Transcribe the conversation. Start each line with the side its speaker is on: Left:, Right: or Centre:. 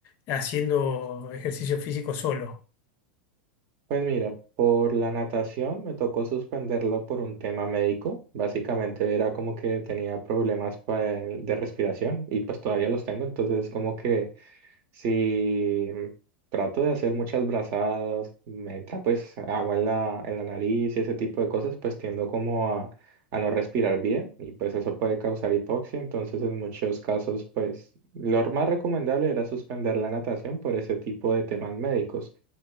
Left: haciendo ejercicio físico solo?
Right: Pues mira, por la natación me tocó suspenderlo por un tema médico. Básicamente era como que tenía problemas pa- de respiración y pues todavía los tengo, entonces como que Sí, trato de hacer muchas brazadas, me entra pues agua en la, en la nariz y ese tipo de cosas, pues tiendo como a, a no respirar bien y pues eso puede causar hipoxia, entonces en muchos casos pues lo más recomendable era suspender la natación por ese tipo de temas médicos.